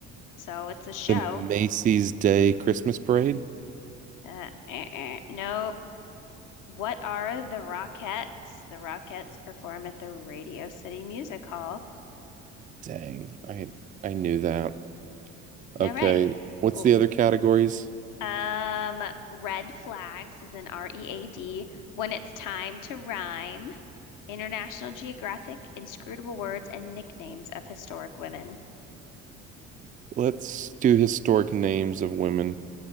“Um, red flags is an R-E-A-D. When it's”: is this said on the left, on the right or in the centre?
Left